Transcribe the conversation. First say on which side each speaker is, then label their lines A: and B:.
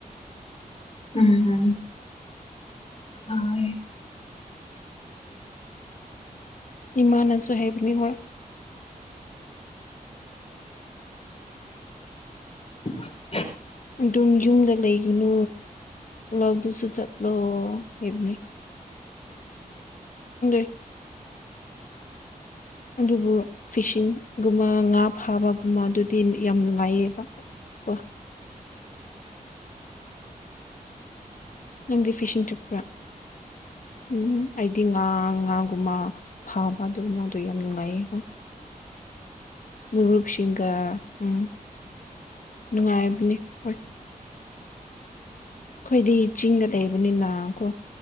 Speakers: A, on the left; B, on the left.
A: ꯎꯝ ꯎꯝ <unintelligible>
B: ꯏꯃꯥꯅꯁꯨ <unintelligible>
A: <unintelligible>
B: ꯑꯗꯨꯝ ꯌꯨꯝꯗ ꯂꯩꯒꯤꯅꯨ ꯂꯧꯗꯨꯁꯨ ꯆꯠꯂꯣ ꯏꯕꯅꯤꯡ <unintelligible> ꯑꯗꯨꯕꯨ ꯐꯤꯁꯤꯡꯒꯨꯝꯕ ꯉꯥ ꯐꯥꯕꯒꯨꯝꯕ ꯑꯗꯨꯗꯤ ꯌꯥꯝ ꯅꯨꯡꯉꯥꯏꯌꯦꯕ ꯀꯣ ꯅꯪꯗꯤ ꯐꯤꯁꯤꯡ ꯆꯠꯄ꯭ꯔꯥ ꯎꯝ ꯑꯩꯗꯤ ꯉꯥ ꯉꯥꯒꯨꯝꯕ ꯐꯥꯕ ꯑꯗꯨ ꯉꯥꯗꯣ ꯌꯥꯝ ꯅꯨꯡꯉꯥꯏꯌꯦ ꯍꯣꯏ ꯃꯔꯨꯔꯨꯞꯁꯤꯡꯒ ꯎꯝ ꯅꯨꯡꯉꯥꯏꯕꯅꯤ ꯍꯣꯏ ꯑꯩꯈꯣꯏꯗꯤ ꯆꯤꯡꯒ ꯂꯩꯕꯅꯤꯅ ꯀꯣ